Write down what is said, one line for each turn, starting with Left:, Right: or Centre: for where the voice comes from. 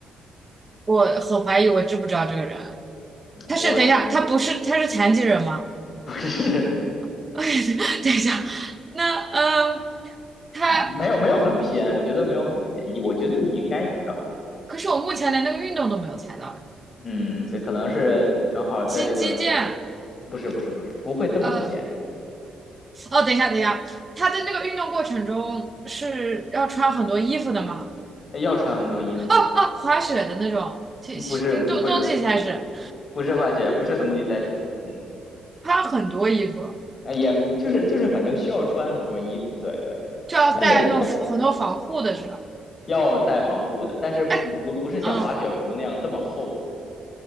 Right: 我很怀疑，我知不知道这个人？他是等一下，
Left: 我
Right: 他不是他是残疾人吗？
Left: <laughs> 不是，
Right: <laughs> 等一下，那嗯，
Left: <laughs>
Right: 他
Left: 没有没有很偏，我觉得没有很偏，我觉得你应该知道。
Right: 可是我目前连那个运动都没有猜到，
Left: 嗯，所以可能是正好在这个，
Right: 击击剑。
Left: 不是不是不是，不会这么偏，
Right: 呃哦，等一下，等一下，他的那个运动过程中是要穿很多衣服的吗？
Left: 要穿很多衣服，
Right: 哦哦，滑雪的那种，其实冬冬季赛事
Left: 嗯不是不是不是滑雪，不是冬季赛事，嗯，
Right: 穿很多衣服，
Left: 啊也就是就是反正需要穿很多衣服，对对对，
Right: 就要带那种很多防护的是吧？
Left: 那也要带防护的，但是不不是像滑雪服那样这么厚，
Right: 哎，嗯，